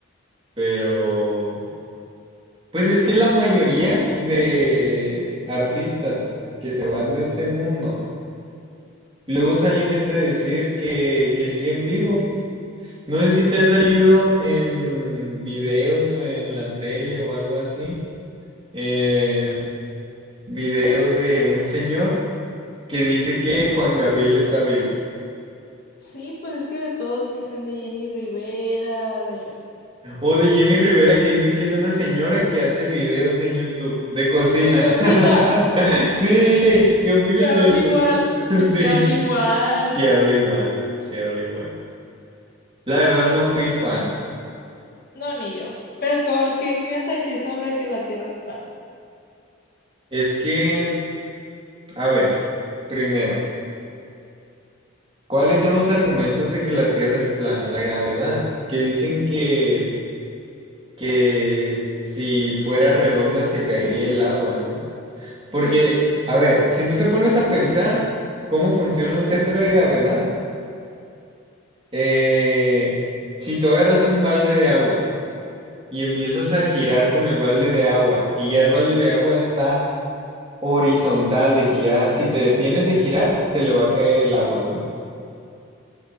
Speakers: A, on the right; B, on the left.
A: Pero, pues es que la mayoría de artistas que se van de este mundo Luego sale gente a decir que, que siguen vivos. No sé si te ha salido en videos o en la tele o algo así, eh, videos de un señor que dice que Juan Gabriel está vivo.
B: Sí, pues es que de todos dicen de Jenny Rivera, de,
A: O de Jenny Rivera que dicen que es una señora que hace videos en YouTube de cocina.
B: de cocina,
A: <laughs>
B: uh,
A: Sí, ¿qué opinas
B: que habla
A: de eso?
B: igual,
A: <laughs>
B: es
A: Sí,
B: que habla igual.
A: sí habla igual, sí habla igual. La verdad no fui fan.
B: No, ni yo. Pero, ¿qué, qué me ibas a decir sobre que la Tierra es plana?
A: Es que A ver, primero, ¿cuáles son los argumentos de que la Tierra es plana? La gravedad, que dicen que, que si fuera redonda se caería el agua, ¿no? Porque,
B: Sí.
A: a ver, si tú te pones a pensar cómo funciona un centro de gravedad, eh, si tú agarras un balde de agua y empiezas a girar con el balde de agua y ya el balde de agua está horizontal, de que ya si te detienes de girar, se le va a caer el agua, ¿no?